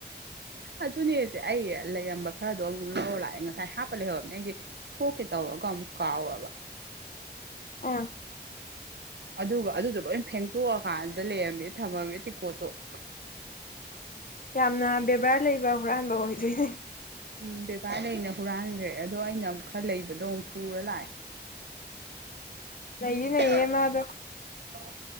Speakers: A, on the right (about 75°); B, on the left (about 55°).
A: ꯑꯗꯨꯅꯦꯁꯦ ꯑꯩ ꯂꯩꯔꯝꯕ ꯈꯔꯗꯣ ꯑꯃꯨꯛ ꯂꯧꯔ ꯂꯥꯛꯑꯦ ꯉꯁꯥꯏ ꯍꯥꯞꯄ ꯂꯩꯍꯔꯕꯅꯦ ꯑꯩꯁꯦ ꯊꯣꯛꯀꯦ ꯇꯧ ꯑꯗꯨꯒ ꯑꯃꯨꯛ ꯀꯥꯎꯕ
B: ꯑꯥ
A: ꯑꯗꯨꯒ ꯑꯗꯨꯗꯣ ꯂꯣꯏ ꯐꯦꯡꯇꯣꯛꯑꯀꯥꯟꯗ ꯂꯩꯔꯝꯃꯦ ꯊꯝꯃꯝꯃꯦ ꯇꯤꯀꯣꯠꯇꯣ <unintelligible>
B: ꯌꯥꯝꯅ ꯕꯦꯕꯥꯔ ꯂꯩꯕ ꯍꯨꯔꯥꯟꯕ ꯑꯣꯏꯗꯣꯏꯅꯦ
A: ꯎꯝ ꯕꯦꯕꯥꯔꯗ ꯑꯩꯅ ꯍꯨꯔꯥꯟꯈ꯭ꯔꯦ ꯑꯗꯣ ꯑꯩꯅ ꯑꯃꯨꯛ ꯈꯔ ꯂꯩꯕꯗꯣ ꯑꯃꯨꯛ ꯄꯨꯔ ꯂꯥꯛꯑꯦ
B: ꯅꯩꯗꯤ ꯅꯩꯌꯦ
A: ꯑ
B: ꯃꯥꯗꯣ